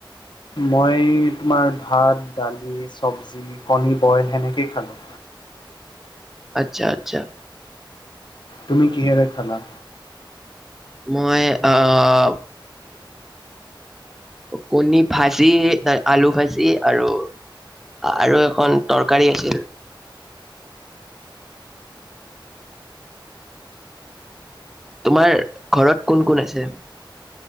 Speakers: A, on the left; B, in the centre.
A: মই তোমাৰ ভাত, দালি চব্জি, কণী বইল সেনেকেই খালোঁ।
B: আচ্ছা, আচ্ছা।
A: তুমি কিহেৰে খালা?
B: মই, আহ কণী ভাজি, আলু ভাজি আৰু, আৰু এখন তৰকাৰী আছিল। তোমাৰ ঘৰত কোন, কোন আছে?